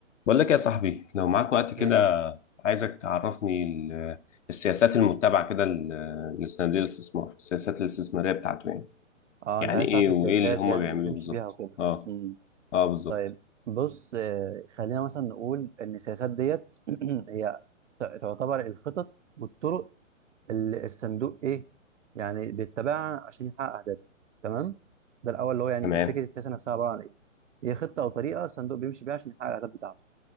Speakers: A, on the left; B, on the right.
A: بقول لك يا صاحبي لو معاك وقت كده
B: ايه
A: عايزك تعرفني ال- السياسات المتبعة كده ل- لصناديق الاستثمار السياسات الاستثمارية بتاعته يعني
B: اه
A: يعني
B: انت عايز
A: ايه
B: تعرف السياسات
A: وايه اللي هم
B: يعني
A: بيعملوه
B: اللي بيمشي
A: بالظبط
B: بيها وكده
A: اه
B: امم
A: اه بالظبط
B: طيب بص آه، خلينا مثلا نقول ان السياسات ديت <clears throat> هي ت- تعتبر الخطط والطرق اللي الصندوق ايه يعني بيتبعها عشان يحقق اهدافه تمام ده الاول اللي هو يعني
A: تمام
B: فكره السياسه نفسها عباره عن ايه هي خطه او طريقه الصندوق بيمشي بيها عشان يحقق الاهداف بتاعته